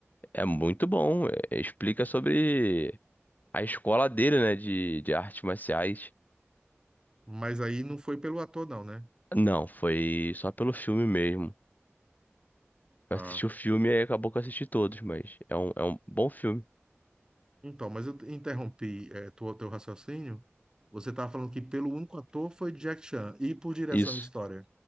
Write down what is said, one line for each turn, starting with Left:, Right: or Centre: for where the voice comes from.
Left: É muito bom. é- explica sobre a escola dele, né? De, de artes marciais.
Right: Mas aí não foi pelo ator, não, né?
Left: Não, foi só pelo filme mesmo. Eu
Right: Ah,
Left: assisti o filme e acabou que eu assisti todos, mas é um, é um bom filme.
Right: então, mas eu interrompi é, teu, teu raciocínio. Você estava falando que pelo único ator foi Jack Chan. E por direção
Left: Isso.
Right: e história?